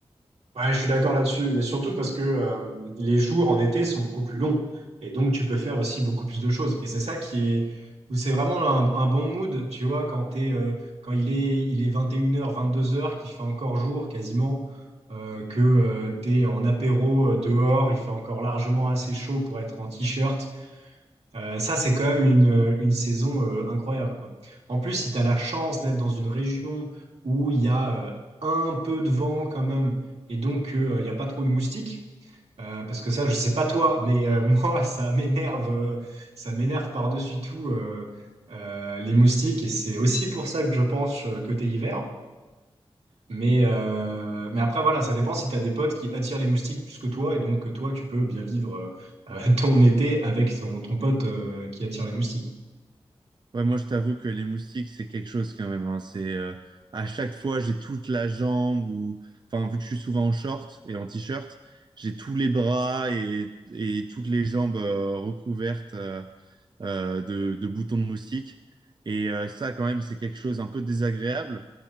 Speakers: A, on the right; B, on the right.
A: Ouais, je suis d'accord là-dessus, mais surtout parce que euh, les jours en été sont beaucoup plus longs et donc tu peux faire aussi beaucoup plus de choses. Et c'est ça qui est où c'est vraiment un, un bon mood, tu vois, quand t'es, euh, quand il est, il est 21h, 22 heures vingt-deux heures, qu'il fait encore jour quasiment, euh, que tu t'es en apéro euh, dehors, il fait encore largement assez chaud pour être en t-shirt euh, ça, c'est quand même une, une saison euh, incroyable, quoi. En plus, si tu as la chance d'être dans une région où il y a euh, un peu de vent quand même, et donc euh, il n'y a pas trop de moustiques, euh, parce que ça, je sais pas toi, mais euh, <laughs> moi, ça m'énerve, euh, ça m'énerve par-dessus tout euh, euh, les moustiques, et c'est aussi pour ça que je pense euh, côté hiver. Mais, euh, mais après, voilà, ça dépend si tu as des potes qui attirent les moustiques plus que toi, et donc que toi, tu peux bien vivre euh, <laughs> ton été avec ton, ton pote euh, qui attire les moustiques.
B: Ouais, moi je t'avoue que les moustiques c'est quelque chose quand même. hein. C'est euh, à chaque fois j'ai toute la jambe ou, enfin vu que je suis souvent en short et en t-shirt, j'ai tous les bras et, et toutes les jambes euh, recouvertes euh, euh, de, de boutons de moustiques. Et euh, ça quand même c'est quelque chose un peu désagréable.